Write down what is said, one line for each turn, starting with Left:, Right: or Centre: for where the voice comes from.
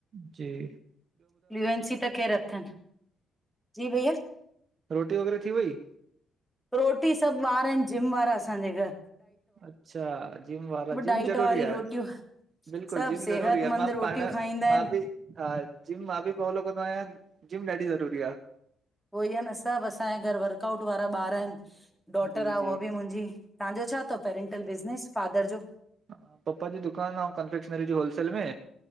Right: जे
Centre: फ्ल्यूएंसी त खेर अथनि, जी भईया
Right: रोटी वग़ैरह थी वई?
Centre: रोटी सभु ॿार आहिनि, जिम वारा असांजे घरु।
Right: अच्छा जिम वारा, जिम
Centre: डाइट
Right: ज़रूरी
Centre: वारी
Right: आहे।
Centre: रोटियूं
Right: बिल्कुलु
Centre: सभु
Right: जिम
Centre: सेहतमंद
Right: ज़रूरी आहे, मेम
Centre: रोटियूं
Right: पाण
Centre: खाईंदा
Right: मां
Centre: आहिनि
Right: बि हा जिम मां बि फॉलो कंदो आहियां, जिम ॾाढी ज़रूरी आह।
Centre: उहोई आहे न, सभु असांजे घर वर्कआउट वारा ॿार आहिनि। डॉटर
Right: जी
Centre: आहे
Right: जी
Centre: उहा ॿि मुंहिंजी, तव्हांजो छा थव पेरेंटल बिज़नेस फादर जो?
Right: हा, पप्पा जी दुकानु ऐं कंफेक्शनरी जी होलसेल में